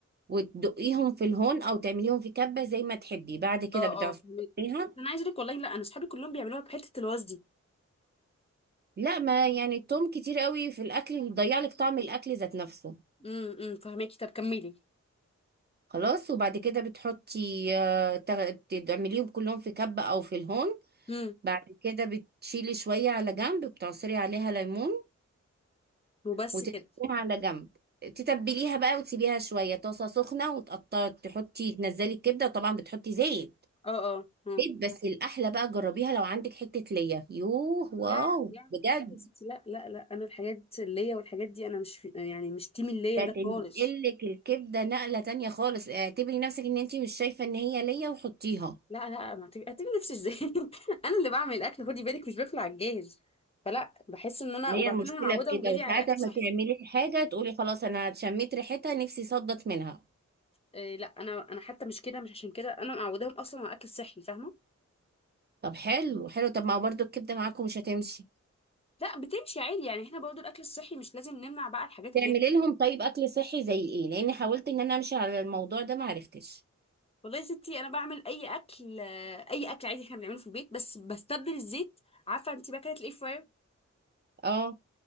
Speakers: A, on the right (about 35°); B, on the left (about 20°).
A: وتدقيهم في الهون أو تعمليهم في كبة زي ما تحبي بعد كده
B: اه
A: بتعصريها
B: اه فهماكي بس انا عايزه اقول لك والله لا انا صحابي كلهم بيعملوها بحته الواز دي
A: لا ما يعني التوم كتير قوي في الأكل بيضيع لك طعم الأكل ذات نفسه
B: امم امم، فهماكي طب كملي
A: خلاص وبعد كده بتحطي آه، تغ- تعمليهم كلهم في كبة او في الهون
B: امم
A: بعد كده بتشيلي شوية على جنب بتعصري عليها ليمون
B: وبس
A: وتركيها
B: كده
A: على جنب تتبليها بقى وتسيبيها شوية طاسة سخنة وتقطعي تحطي تنزلي الكبدة وطبعا بتحطي زيت
B: اه اه اه
A: زيت بس الأحلى بقى جربيها لو عندك حتة ليا يوه واو
B: يا يا
A: بجد
B: لا يا ستي لا لا لا انا الحاجات اللي هي والحاجات دي انا مش في يعني مش تيم اللي
A: ده
B: هي ده
A: تنقلك
B: خالص
A: الكبدة نقلة تانية خالص اعتبري نفسك ان انتي مش شايفة ان هي ليا وحطيها
B: لا لا ما هتبقي هتبقي نفسي ازاي <laughs> انا اللي بعمل اكل خدي بالك مش باكل على الجاهز فلا بحس ان انا
A: ما
B: وبعدين
A: هي المشكلة
B: انا معوده
A: في
B: اولادي
A: كده وساعات
B: على اكل
A: لما
B: صحي
A: تعملي حاجة تقولي خلاص أنا شميت ريحتها نفسي صدت منها
B: إيه لا انا انا حتى مش كده مش عشان كده انا معوداهم اصلا على الاكل الصحي فاهمه
A: طب حلو حلو طب ما هو برضو الكبدة معاكم مش هتمشي
B: لا بتمشي عادي يعني احنا برضو الاكل الصحي مش لازم نمنع بقى الحاجات
A: تعملي
B: اللي هي
A: لهم طيب أكل صحي زي إيه لأني حاولت إن أنا أمشي على الموضوع ده معرفتش
B: والله يا ستي انا بعمل اي اكل آه، اي اكل عادي احنا بنعمله في البيت بس بستبدل الزيت عارفه انت بقى الاير فراير
A: اه